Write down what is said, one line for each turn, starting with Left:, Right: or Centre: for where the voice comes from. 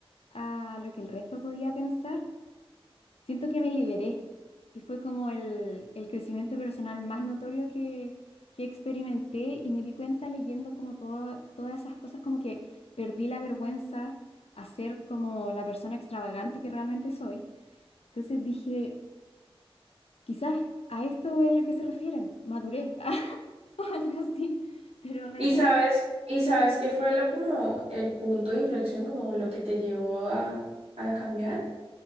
Left: a lo que el resto podía pensar, siento que me liberé y fue como el, el crecimiento personal más notorio que, que experimenté y me di cuenta leyendo como todo- todas esas cosas, como que perdí la vergüenza a ser como la persona extravagante que realmente soy. Entonces dije, quizás a esto es a lo que se refieren, madurez <laughs> o algo así, pero realmente...
Right: ¿Y sabes, y sabes qué fue lo como el punto de inflexión, como lo que te llevó a, a cambiar?